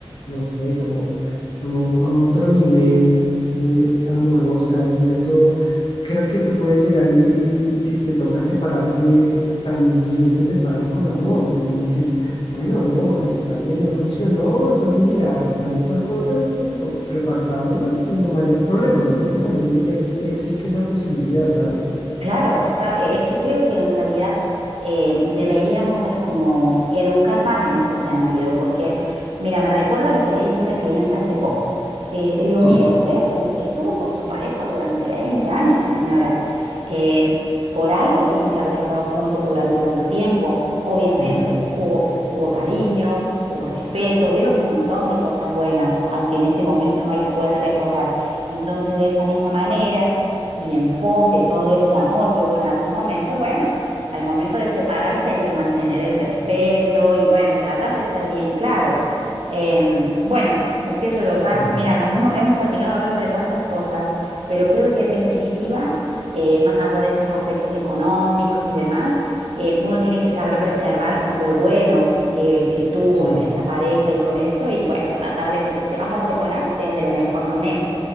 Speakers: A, on the left; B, on the right.
A: no sé, como, como a otro nivel, eh, amorosa y esto, creo que tú puedes llegar y, y si te toca separarte, también te separas con amor, también dices, bueno, no, eh, está bien, no funcionó. Entonces, mira, están estas cosas, listo, repartámoslas sin mayor problema. Yo creo que también ex- existe esa posibilidad, ¿sabes?
B: Claro, está, e- es que creo que en realidad eh, deberíamos eh, como educar más en ese sentido, porque mira, me recuerda lo que le dije a una cliente hace poco. Eh, le digo,
A: Sí,
B: mire, usted, us- estuvo con su pareja durante 20 años, señora. Eh, por algo tienen que haber estado juntos durante tanto tiempo. Obviamente,
A: exacto.
B: hubo, hubo cariño, hubo respeto, hubieron un montón de cosas buenas, aunque en este momento no las pueda recordar. Entonces, de esa misma manera y en pos de todo ese amor que hubo en algún momento, bueno, al momento de separarse hay que mantener el respeto y bueno, tratar de ser bien claro. Em, bueno, qué sé yo,
A: Sí,
B: ya, mira, nos hemos, hemos terminado hablando de tantas cosas, pero creo que en definitiva, eh, más allá de estos aspectos económicos y demás, eh, uno tiene que saber preservar lo bueno. Que, que tuvo
A: sí,
B: en esa pareja y con eso, y bueno, tratar de que si te vas a separar sea de la mejor manera.